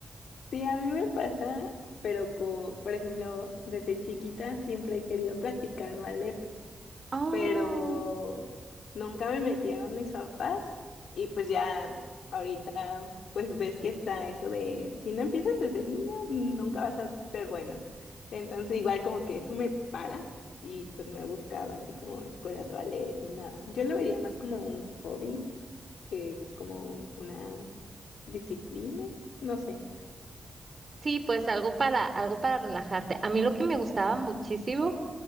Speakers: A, on the left; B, on the right.
A: Sí, a mí me pasa, pero con, por ejemplo, desde chiquita siempre he querido practicar ballet.
B: Oh,
A: pero nunca me metieron mis papás y pues ya ahorita pues ves que está eso de si no empiezas desde niño nunca vas a ser bueno. Entonces igual como que eso me para y pues no he buscado así como escuelas de ballet ni nada. Yo lo vería más como un hobby que como una disciplina, no sé.
B: sí, pues algo para, algo para relajarte. A mí lo que me gustaba muchísimo